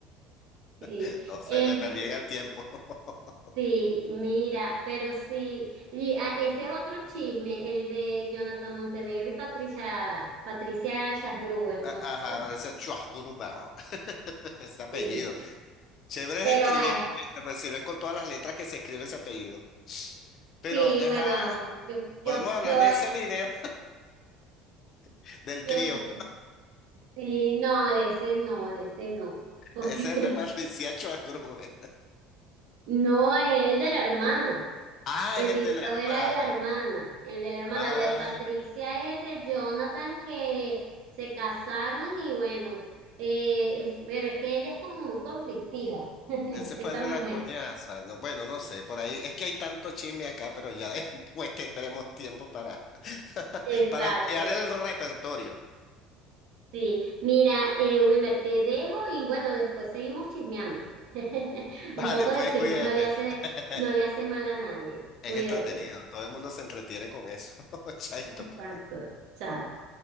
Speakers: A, on the right; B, on the left.
A: Sí,
B: <laughs> No sé,
A: Este,
B: me perdí en el tiempo. <laughs>
A: Sí, mira, pero sí, y, ah, ese es otro chisme, el de Jonathan Montenegro y Patricia, Patricia Schasgruber,
B: Ajá,
A: ¿no? <laughs>
B: ese es Chuascuruba, <laughs> ese apellido.
A: Sí,
B: Chévere
A: pero
B: es escribir,
A: eh,
B: ¿viste? pues si ves con todas las letras que se escribe ese apellido. Pero,
A: sí,
B: ajá,
A: bueno, yo, yo,
B: podemos
A: yo,
B: hablar de
A: eh,
B: ese video <laughs> del
A: yo,
B: trío.
A: voy- sí, no, de ese no, de ese no, porque
B: Ese es el
A: <laughs>
B: de Patricia <laughs> Chuacrube.
A: No, el de la hermana.
B: Ah,
A: El
B: es el
A: video
B: de la hermana.
A: era de la hermana, el de la hermana.
B: Ah,
A: Lo de Patricia es el de Jonathan que se casaron y bueno, eh, es- pero es que ella es como muy conflictiva, <laughs>
B: ese
A: esa
B: fue el de
A: mujer.
B: la coñaza. No, bueno, no sé, por ahí es que hay tanto chisme acá, pero ya <laughs> después tendremos tiempo para, <laughs>
A: Exacto,
B: para ampliar el repertorio.
A: sí. Mira, eh, Wilmer, te dejo y bueno, después seguimos chismeando. <laughs>
B: Vale,
A: Un poco
B: pues
A: de chisme
B: cuídate.
A: no le hace,
B: <laughs>
A: no le hace mal a nadie. Cuídate.
B: Es entretenido, todo el mundo se entretiene con eso. <laughs> Chaito,
A: Exacto,
B: pues.
A: chao.